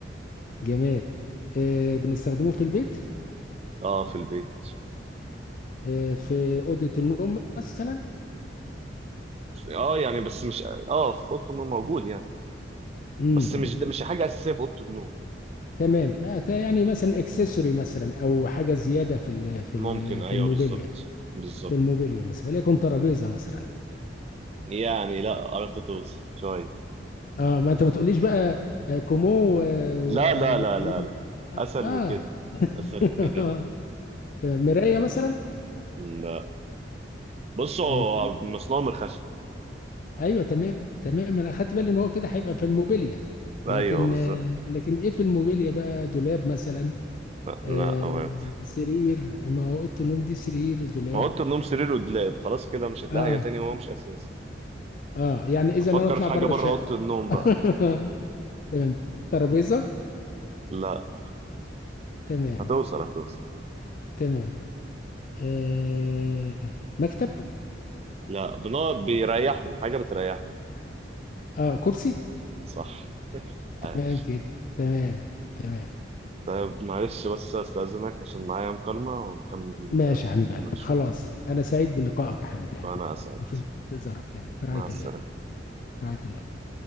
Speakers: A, on the left; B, on the right.
A: جماد آه بنستخدمه في البيت
B: اه في البيت
A: آه في أوضة النوم مثلا
B: اه يعني بس مش اه في اوضه النوم موجود يعني
A: امم
B: بس مش ده مش حاجه اساسيه في اوضه النوم
A: تمام ما- تا- يعني مثلا اكسسوري مثلا او حاجة زيادة في ال في
B: ممكن
A: ال
B: ايوه
A: في الموبيليا
B: بالظبط بالظبط
A: في الموبيليا مثلا وليكن ترابيزة مثلا
B: يعني لا عرفت توصل شوية
A: اه ما انت ما تقوليش بقى آه، كومو و- و-
B: لا لا لا
A: وكومودي
B: لا لا أسهل
A: اه
B: من كده
A: <laughs>
B: أسهل من كده لا
A: تمام مراية مثلا
B: لا بص هو
A: آه تمام
B: مصنوع من الخشب
A: ايوه تمام تمام انا اخدت بالي ان هو كده هيبقى في الموبيليا لكن
B: أيوه بالظبط
A: آه، لكن ايه في الموبيليا بقى دولاب مثلا
B: لا
A: آه،
B: لا، أمان
A: سرير ما هو اوضه النوم دي سرير دولاب
B: ما أوضة النوم سرير ودولاب خلاص كده مش هتلاقي
A: اه
B: حاجة تانية وهو مش أساسي
A: اه يعني اذا
B: أفكر
A: انا اطلع
B: في حاجة
A: بره
B: بره
A: الشقه
B: أوضة النوم
A: <laughs>
B: بقى
A: تمام ترابيزه
B: لا
A: تمام
B: هتوصل هتوصل
A: تمام آه مكتب
B: لا بنقعد بيريحنا حاجة بتريحنا
A: اه كرسي
B: صح <laughs>
A: تمام كده
B: عاش
A: تمام تمام
B: طيب معلش بس أستأذنك عشان معايا مكالمة ونكمل
A: ماشي
B: آه،
A: يا حبيب قلبي
B: كمان شوية
A: خلاص انا سعيد بلقائك يا حبيب قلبي
B: وأنا أسعد
A: وفي انتظارك يلا في رعايه
B: مع السلامة
A: الله في رعايه الله